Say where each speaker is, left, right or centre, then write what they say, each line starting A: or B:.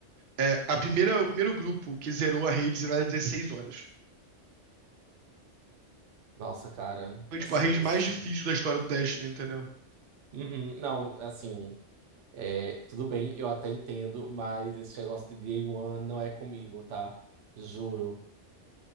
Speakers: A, on the right; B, on the right.
A: É, a primeira, o primeiro grupo que zerou a rede zerou ela em 16 horas.
B: Nossa, cara.
A: Foi,
B: Assim,
A: tipo, a rede
B: você.
A: mais difícil da história do Destiny, entendeu?
B: Uhum, Não, assim. é, tudo bem, eu até entendo, mas esse negócio de Day One não é comigo, tá? Juro.